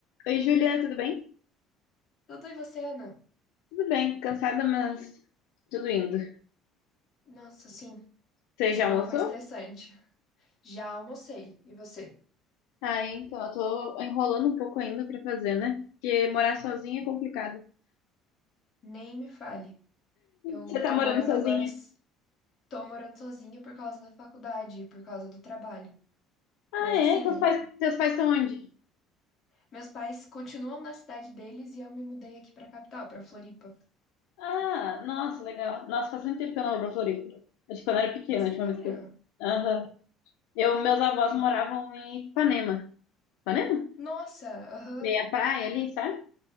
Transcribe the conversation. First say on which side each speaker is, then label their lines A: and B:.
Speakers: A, on the left; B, on the left.
A: Oi, Juliana, tudo bem?
B: Tudo e você, Ana?
A: Tudo bem, cansada, mas tudo indo.
B: Nossa, sim.
A: Você
B: Semana
A: já almoçou?
B: foi estressante. Já almocei. E você?
A: Ah, é, então, eu tô enrolando um pouco ainda pra fazer, né? Porque morar sozinha é complicado.
B: Nem me fale. Eu
A: Você
B: tô
A: tá morando
B: morando
A: sozinha?
B: agora, s- tô morando sozinha por causa da faculdade, por causa do trabalho.
A: Ah,
B: Mas
A: é?
B: assim,
A: Teus
B: me-
A: pais, teus pais estão onde?
B: meus pais continuam na cidade deles e eu me mudei aqui pra capital, pra Floripa.
A: Ah, nossa, legal. Nossa, faz muito tempo que eu não vou pra Floripa. Acho que quando eu era pequena,
B: Sério?
A: a última vez que eu... Aham. Eu, meus avós
B: E-
A: moravam em Ipanema. Ipanema?
B: Nossa, aham.
A: Meia praia ali, sabe?